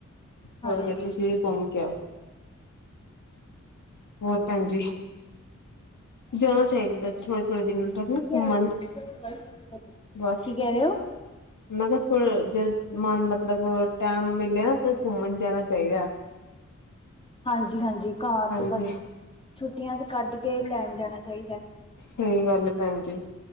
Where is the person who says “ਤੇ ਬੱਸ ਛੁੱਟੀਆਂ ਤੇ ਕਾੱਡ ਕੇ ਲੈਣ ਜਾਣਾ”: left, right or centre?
Left